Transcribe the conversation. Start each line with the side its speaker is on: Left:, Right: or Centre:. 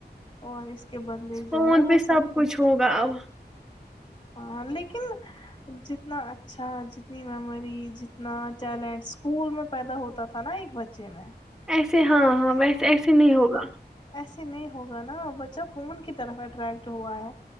Left: اور اس کے بدلے
Centre: فون
Left: جو ہے وہ
Centre: پہ
Left: سب کچھ
Centre: <inaudible>
Left: ہاں لیکن جتنا اچھا جتنی میموری جتنا ٹیلنٹ اسکول میں پیدا ہوتا تھا نا ایک بچے میں
Centre: ایسے ہاں ہاں ویسے ایسے نہیں ہوگا
Left: ایسے نہیں ہوگا نا بچہ فون کی طرف اٹریکٹ ہوا ہے